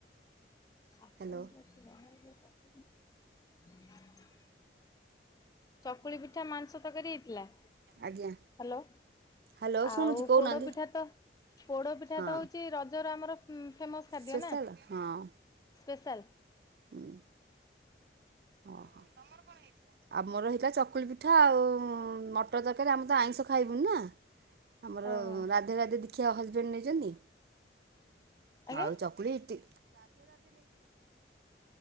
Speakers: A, on the left; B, on the right.
A: <unintelligible>
B: ହ୍ୟାଲୋ
A: ଚକୁଳି ପିଠା, ମାଂସ ତରକାରୀ ହେଇଥିଲା। ହାଲୋ।
B: ଆଜ୍ଞା ହ୍ୟାଲୋ
A: ଆଉ
B: ଶୁଣୁଛି କହୁନାହାନ୍ତି
A: ପୋଡ଼ ପିଠା ତ, ପୋଡ଼ ପିଠା
B: ହଁ।
A: ତ ହଉଛି, ରଜର ଆମର ଫେମସ୍‌ ଖାଦ୍ୟ
B: ସ୍ପେଶାଲ
A: ନା।
B: ହଁ
A: ସ୍ପେଶାଲ୍।
B: ହୁଁ ହ ହ। ତମର କଣ ହେଇଛି? <unintelligible> ଆମର ହେଇଥିଲା ଚକୁଳି ପିଠା, ଆଉ ମଟର ତରକାରୀ, ଆମେ ତ ଆଇଁଷ ଖାଇବୁନି ନା? ଆମର
A: ଓହୋ
B: ରାଧେ ରାଧେ ଦୀଖ୍ୟା, ହଜବେଣ୍ଡ ନେଇଛନ୍ତି।
A: ଆଜ୍ଞା
B: ଆଉ ଚକୁଳି, ଇଟିଲି?